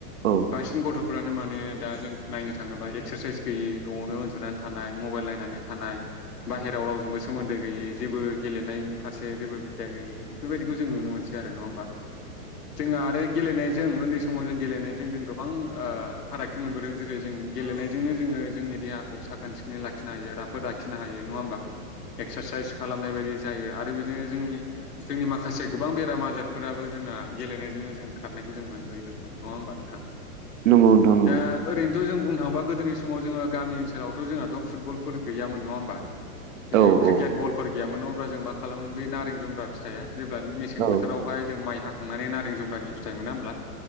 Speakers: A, on the right; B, on the left.
A: औ
B: बांसिन गथ'फ्रानो माने दा जों नायनो था थाङोबा एक्सारसाइस गैयि न'आवनो उन्दुनानै थानाय मबाइल नायनानै थानाय बाहेरायाव रावजोंबो सोमोन्दो गैयै जेबो गेलेनायनि फारसे जेबो बिदा गैयि बेफोरबायदिखौ जों नुनो मोनसै आरो नङा होमबा? जोंहा आरो गेलेनाय जों उन्दै समाव जों गेलेनायजों जों गोबां फारागथि मोनबोदों जेरै जों गेलेनायजोंनो जोङो जोंनि देहाखौ साखोन सिखोनै लाखिनो हायो राफोद लाखिनो हायो नङा होमबा? एक्सारसाइस खालामनाय बायदि जायो आरो बेजोंनो जोंनि जोंनि माखासे गोबां बेराम आजारफोराबो जोंना गेलेनायजोंनो जों खारनायखौ जों मोनबोहैदोंमोन। नङा हबा नोंथां
A: नंगौ नोंथां नंगौ
B: दा ओरैनोथ' जों बुं थांबा गोदोनि समाव जोङ गामिओनोलाव' जोंहाथ फुटबलफोर गैयामोन नङा होनबा? जेरै
A: औ
B: क्रिकेट
A: औ
B: बलफोर गैयामोन अब्ला जों मा खालामोमोन बै नारें जुम्ब्रा फिथाइआ जेब्ला मेसें
A: औ
B: बोथोराव बेावहाय जों माइ हाखांनानै नारें जुमब्रानि फिथाइ मोना हब्ला